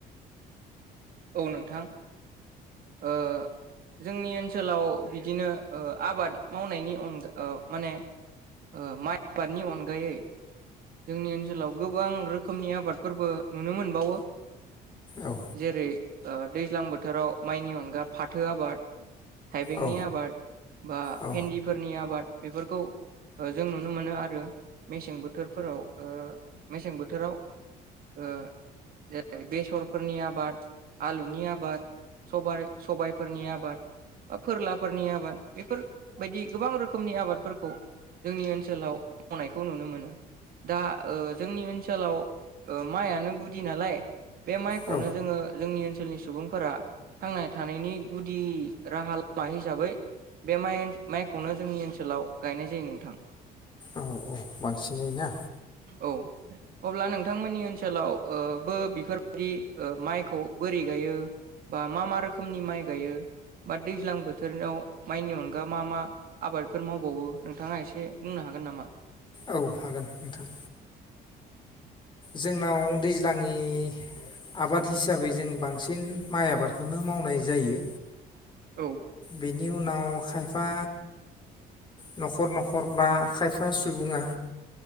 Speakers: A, on the right (about 60°); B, on the left (about 30°).
A: औ नोंथां ओ जोंनि ओनसोलाव बिदिनो ओ आबाद मावनायनि अनगा ओ माने ओ माइ आबादनि अनगायै जोंनि ओनसोलाव गोबां रोखोमनि आबादफोरबो नुनो मोनबावो।
B: औ
A: जेरै ओ दैज्लां बोथोराव माइनि अनगा फाथो आबाद थाइबेंनि
B: औ
A: आबाद बा
B: औ
A: भेन्दिफोरनि आबाद बेफोरखौ ओ जों नुनो मोनो आरो मेसें बोथोरफोराव ओ मेसें बोथोराव ओ जेरै बेसरफोरनि आबाद आलुनि आबाद बाय सबायफोरनि आबाद बा फोरलाफोरनि आबाद बेफोरबायदि गोबां रोखोमनि आबादफोरखौ जोंनि ओनसोलाव मावनायखौ नुनो मोनो। दा ओ जोंनि ओनसोलाव ओ माइआनो गुदि नालाय बे माइखौनो
B: औ
A: जोङो जोंनि ओनसो सोलनि सुबुंफोरा थांना थानायनि गुदि राहा लामा हिसाबै बे माइ-माइखौनो जोंनि ओनसोलाव गायनाय जायो नोंथां।
B: औ औ बांसिनै ना
A: औ अब्ला नोंथांमोननि ओनसोलाव ओ बो बेफोरबायदि ओ माइखौ बोरै गायो बा मा मा रोखोमनि माइ गायो बा दैज्लां बोथोराव माइनि अनगा मा मा आबादफोर मावबावो नोंथाङा एसे बुंनो हागोन नामा?
B: औ हागोन नोंथां जोंनाव दैज्लांनि आबाद हिसाबै जों बांसिन माइ आबादखौनो मावनाय जायो।
A: औ
B: बेनि उनाव खायफा न'खर न'खर बा खायफ फा सुबुङा